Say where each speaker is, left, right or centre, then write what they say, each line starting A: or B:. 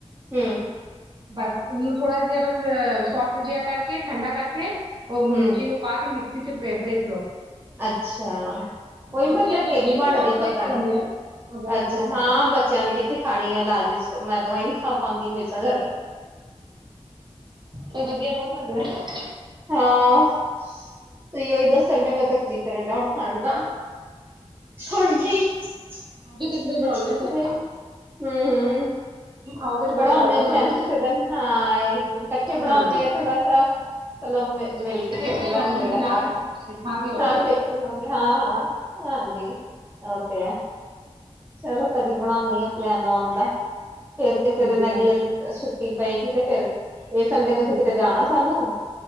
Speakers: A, on the right; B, on the right.
A: ਹੂੰ
B: ਬਸ ਉਹਨੂੰ ਥੋੜ੍ਹਾ ਜਿਹਾ ਬਸ ਸੋਫਟ ਜਿਹਾ ਕਰਕੇ ਠੰਡਾ ਕਰਕੇ ਉਹ ਮਿਰਚੀ
A: ਹੂੰ
B: ਨੂੰ ਪਾ ਕੇ ਮਿਕਸੀ ਚ ਪੇਸ ਲੋੋ
A: ਅੱਛਾ ਉਹੀ
B: ਬੱਚੇ
A: ਮੈਂ ਕਿਆ
B: ਬੱਚੇ
A: ਕਦੀ
B: ਕੋਈ
A: ਬਣਦੀ
B: ਸੌਸ ਨਾਲ
A: ਪਤਾ
B: ਹੀ ਖਾ ਲੈਂਦੇ
A: ਨੀ
B: ਆ ਹਾਂ ਬਹੁਤ
A: ਅੱਛਾ
B: ਵਧੀਆ ਲੱਗਦਾ
A: ਹਾਂ ਬੱਚਿਆਂ ਨੇ ਕਿੱਥੇ ਖਾਣੀ ਆ ਲਾਲ ਮਿਰਚ ਮੈਂ ਤਾਂ ਨੀ ਖਾ ਪਾਉਂਦੀ ਮਿਰਚ <unintelligible>
B: ਪਰ ਵਧੀਆ ਬਹੁਤ ਲੱਗਦਾ ਹੈ
A: ਹਾਂ ਤੁਸੀ ਉਹੀ ਦੱਸਣ ਡੇ ਮੈਂ ਤਆਂ ਜੀਅ ਕਰਨ ਡਿਆ ਹੁਣ ਖਾਣ ਦਾ ਹਣ ਕੀ ਹਮ
B: ਅੱਜ ਹੀ ਕਿਸੇ ਦਿਨ ਬਣਾਉਂਦੇ ਆ ਫਿਰ
A: ਹਮ ਹਮ
B: ਆਓਗੇ ਤਾਂ ਪਹਿਲਾਂ
A: ਬਣਾਉਂਦੇ
B: ਦੱਸ ਦਿਓ ਮੈਨੂੰ
A: ਫੈਂ ਹਾਂਮ ਇਕੱਠੇ ਬਣਾਉਂਦੇ
B: ਹਾਂਜੀ
A: ਆ ਥੋੜਾ ਸ ਚਲੋ ਮ ਮਿਲ
B: ਸਿੱਖ
A: ਕੇ ਛੁਟੀ
B: ਵੀ
A: ਬਣ
B: ਲੋਗੇ ਤੁਸੀਂ
A: ਜਾਏਗਾ
B: ਨਾਲ
A: ਥੋੜਾ
B: ਤੇ ਖਾ ਵੀ ਲੋਗੇ
A: ਹਾਂ ਸਿੱਖ ਹੀ ਜਾਉਗੇ ਹਾਂ ਹਾਂ ਹਾਂਜੀ ਉਹ ਤੇ ਆ ਚਲੋ ਕਦੀ ਬਣਾਉਂਦੀ ਆ ਪਲੈਨ ਆਉਣ ਦਾ ਫੇਰ ਕਿਸੇ
B: ਹਾਂਜੀ
A: ਦਿਨ ਅਗਲੇ ਦਿਨ। ਛੁੱਟੀ ਪਏਗੀ ਤੇ ਫਿਰ ਇਹ ਸੰਡੇ
B: ਹਾਂਜੀ
A: ਨੂੰ ਤੇ ਕਿਤੇ ਜਾਣਾ ਸਾਨੂੰ